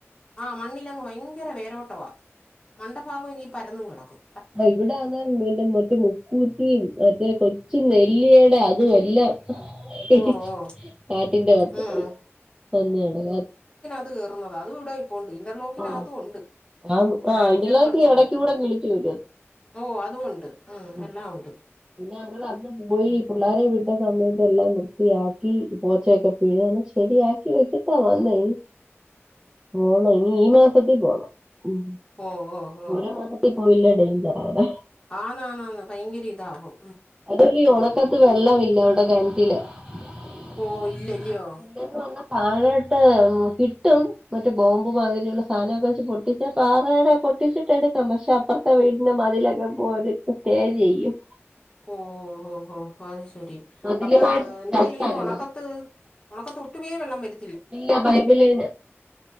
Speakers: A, on the left; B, on the right.
A: ആ മണ്ണിലങ്ങ് ഭയങ്കര വേരോട്ടവാ മണ്ട ഭാഗം ഈ പരന്നും കെടക്കും.
B: ആ ഇവിടെന്നേൽ പിന്നെ മറ്റേ മുക്കൂറ്റീം മറ്റേ കൊച്ചു നെല്ലീടെ അതും എല്ലാം ഹ്ഹ്
A: ഓ ഓ
B: കാട്ടിന്റെ വക്ക്
A: ഉം
B: <unintelligible>
A: <unintelligible> കേറുന്നത അതുകൂടെ പ്പൊണ്ട് ഇന്റർലോക്കിനകത്തും
B: ആഹ്
A: ഒണ്ട്
B: ആഹ്
A: ഞാൻ
B: ആഹ്
A: എടക്കൊക്കെ
B: ഇതിലേക്ക്
A: പറിച്ച്കളയും
B: എടയ്ക്ക് കൂടെ കിളിച്ചു വരും അത്
A: ഓ അതുഒണ്ട് ഹ്
B: ആ
A: എല്ലാഒണ്ട്
B: പിന്നെ ഞങ്ങളന്ന് പോയി പിള്ളേരെ വി സമയത്ത് എല്ലാം വൃത്തിയാക്കി പോച്ചയൊക്കെ <unintelligible> ശരിയാക്കി വെചിട്ടാ വന്നെ പോണം ഇനി ഈ മാസത്തിൽ പോണം ഉം
A: ഓ ഓ ഓ
B: ഓരോ മാസത്തി പോയില്ലേ ഡെയ്ഞ്ചറാ ലെ
A: ആന്നാന്നാന്ന് ഭയങ്കര ഇതവും
B: അതല്ല്യയൊഒണക്കത്ത് വെള്ളവില്ല അവടെ കൺറ്റില് <inaudible>
A: ഓ ഇല്ലല്ലയോ
B: എന്നുഒന്ന് താഴോട്ട് മ് കിട്ടും മറ്റേ ബോംബ് മാതിരി ഉള്ള സാനൊക്കെ വെച്ച്ട്ട് <unintelligible> പിന്നെ പാറയുടെ പൊട്ടിച്ചിട്ടെടുക്കാം പക്ഷെ അപ്പുറത്തെ വീടിന്റെ മതിലൊക്കെ പോരുക്കെ സ്റ്റേ ചെയ്യും
A: ഓ ഓ ഓ ഓഹ് അത് ശെരി
B: മതിലുമായിട്ട്
A: അപ്പാ എന്തോ
B: ടച്ചാകണം
A: ഈ ഉണക്കത്ത് നാപ്പത്തൊട്ടുവേ വെള്ളം വര
B: ഇല്ല പൈപില് ന്റ്